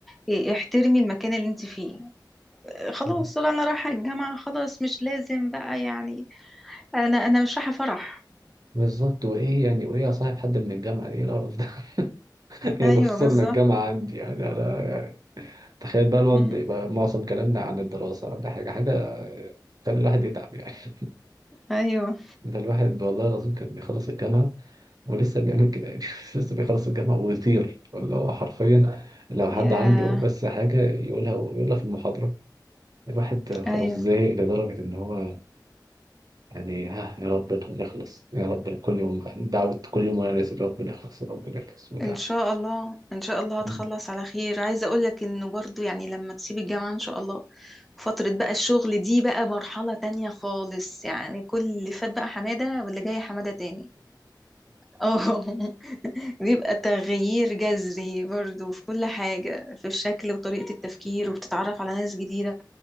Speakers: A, in the centre; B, on the right.
A: إيه احترمي المكان اللي انت فيه إيه خلاص
B: آه.
A: لا انا رايحه الجامعه خلاص مش لازم بقى يعني انا انا مش رايحه فرح
B: بالظبط وايه يعني وايه اصاحب حد من الجامعه ايه القرف ده <laughs>
A: ايوه
B: يعني خصوصا
A: بالظبط
B: ان الجامعه عندي يعني انا يعني تخيل بقى الواد
A: أمم.
B: يبقى معظم كلامنا عن الدراسه ولا حاجه حاجه تخلي الواحد يتعب يعني <laughs>
A: ايوه
B: ده الواحد والله العظيم كان بيخلص الجامعه ولسه بيعمل كده يعني <laughs> لسه بيخلص الجامعه ويطير اللي هو حرفيا لو حد
A: يا
B: عنده بس حاجه يقولها يقولها في المحاضره الواحد خلاص
A: ايوه
B: زهق لدرجه ان هو يعني ها يا رب نخلص يا رب كل يوم دعوة كل يوم وانا نازل يا رب نخلص يا رب نخلص وبتاع
A: ان شاء الله ان شاء الله هتخلص
B: <laughs>
A: على خير عايزه اقول لك انه برضو يعني لما تسيبي الجامعه ان شاء الله فتره بقى الشغل دي بقى مرحله تانية خالص يعني كل اللي فات بقى حماده واللي جاي حماده تاني اه <laughs> بيبقى تغيير جذري برضو في كل حاجة في الشكل وطريقة التفكير وبتتعرف على ناس جديدة